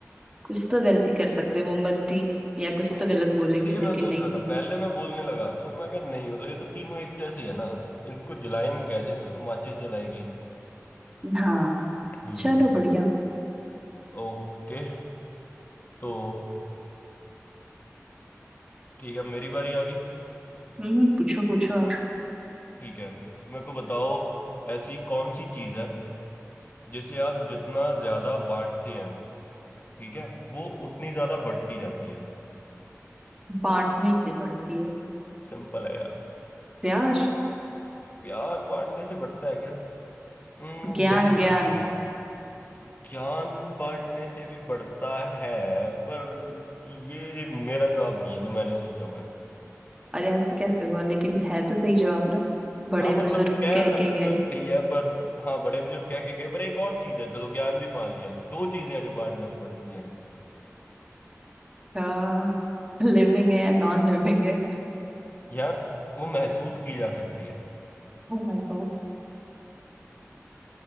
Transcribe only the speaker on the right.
कुछ तो गलती कर सकते हैं, मोमबत्ती या कुछ
तो गलत बोलेंगे
लेकिन
नहीं
हाँ
चलो बढ़िया
हम्म हम्म, पूछो पूछो आप
बांटने से बढ़ती है
प्यार
ज्ञान
ज्ञान
अरे ऐसे कैसे हुआ लेकिन है तो सही जवाब ना बड़े
बुजुर्ग
कह
के गए
क्या <laughs> लिविंग है या नॉन लिविंग है
Oh my god